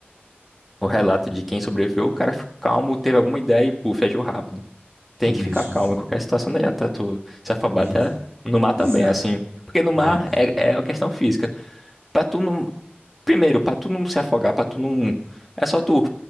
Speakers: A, in the centre; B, on the right.
A: o relato de quem sobreviveu, o cara ficou calmo, teve alguma ideia e, puf, agiu rápido. Tem
B: Isso.
A: que ficar calmo em qualquer situação, não adianta tu se afobar
B: Isso.
A: até no mar
B: Exa-
A: também, é assim. Porque no
B: É,
A: mar é, é a questão física. Pra tu não. Primeiro, pra tu não se afogar, pra tu não. É só tu.